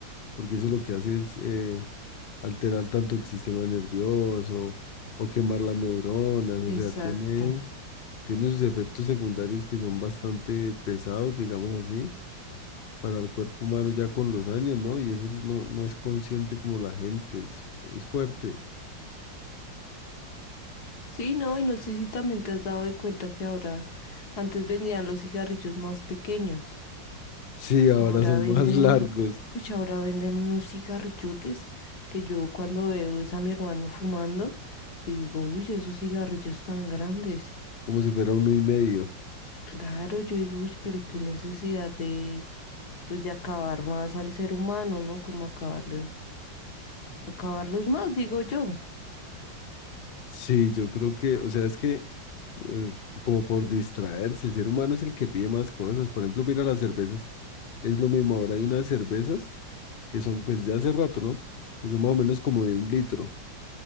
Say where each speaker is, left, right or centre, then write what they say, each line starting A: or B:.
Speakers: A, on the left; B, on the left.
A: porque eso lo que hace es eh, alterar tanto el sistema nervioso o quemar las neuronas, o
B: Exacto.
A: sea, tiene, tiene sus efectos secundarios que son bastante pesados, digamos así. para el cuerpo humano ya con los años, ¿no? Y eso no, no es consciente como la gente, es, es fuerte.
B: Sí, no, y no sé si también te has dado de cuenta que ahora, antes vendían los cigarrillos más pequeños,
A: Sí, ahora
B: ahora
A: son
B: venden,
A: <laughs> más largos.
B: uy, ahora venden unos cigarrillotes que yo cuando veo es a mi hermano fumando y digo, uy, esos cigarrillos tan grandes.
A: como si fuera uno y medio.
B: Claro, yo digo, uy, pero qué necesidad de, pues, de acabar más al ser humano, ¿no? Como acabarle, acabarlos más, digo yo.
A: Sí, yo creo que, o sea, es que eh, como por distraerse, el ser humano es el que pide más cosas. Por ejemplo, mira las cervezas, es lo mismo. Ahora hay unas cervezas que son, pues ya hace rato, ¿no? Que son más o menos como de un litro,